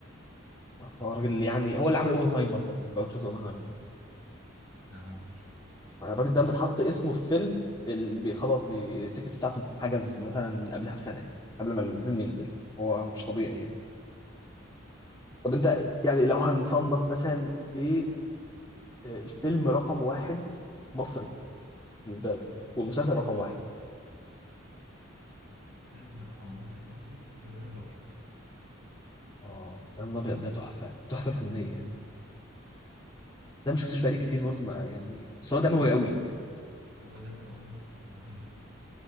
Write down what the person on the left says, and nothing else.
بس هو راجل يعني هو اللي عامل اوبنهايمر برضه لو انت شفت اوبنهايمر
الراجل ده بتحط اسمه في فيلم ال- بي خلاص بي- التيكتس بتاعته بتتحجز مثلا قبلها بسنه قبل ما الفيلم ينزل هو مش طبيعي يعني طب انت يعني لو هنصنف مثلا ايه آه، الفيلم رقم واحد مصري بالنسبه لك والمسلسل رقم واحد
اه ابراهيم الابيض ده تحفه تحفه فنيه ده ما شفتوش
بقالي كتير برضو ما يعني بس هو دموي
قوي